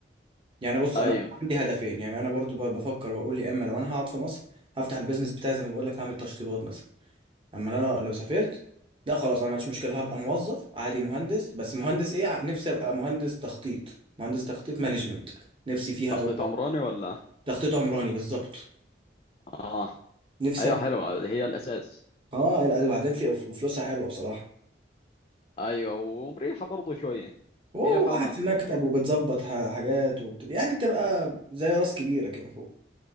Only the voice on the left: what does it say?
ايوه
تخطيط
عمراني ولا
اه
ايوه
حلوه هي الاساس
ايوه ومريحه برضه شويه
هي فعلا
آه،